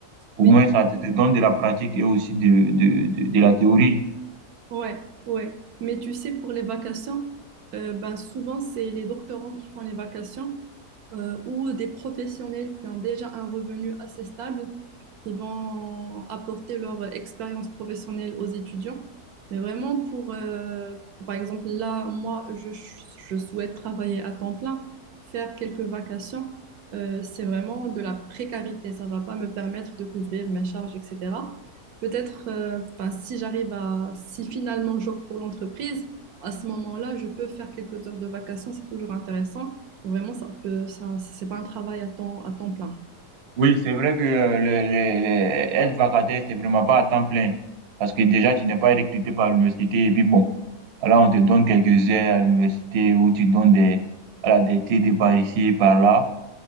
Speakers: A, on the right; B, on the right.
A: Au
B: mais,
A: moins, ça te te donne de la pratique et aussi de, de, de, de la théorie.
B: ouais, ouais. Mais tu sais, pour les vacations, euh, ben, souvent, c'est les doctorants qui font les vacations. euh, ou des professionnels qui ont déjà un revenu assez stable, qui vont apporter leur expérience professionnelle aux étudiants. Mais vraiment pour, euh, par exemple, là, moi, je, je souhaite travailler à temps plein, faire quelques vacations. Euh, c'est vraiment de la précarité. Ça ne va pas me permettre de couvrir mes charges, etc. Peut-être, euh, 'fin, si j'arrive à, si finalement j'opte pour l'entreprise, à ce moment-là, je peux faire quelques heures de vacations. C'est toujours intéressant. Vraiment, ça peut, ça, c'est pas un travail à temps, à temps plein.
A: Oui, c'est vrai que euh, le, le- le- être vacataire, c'est vraiment pas à temps plein. Parce que déjà, tu n'es pas recruté par l'université. Et puis bon, là, on te donne quelques heures à l'université où tu donnes des, voilà, des TD par ici par là.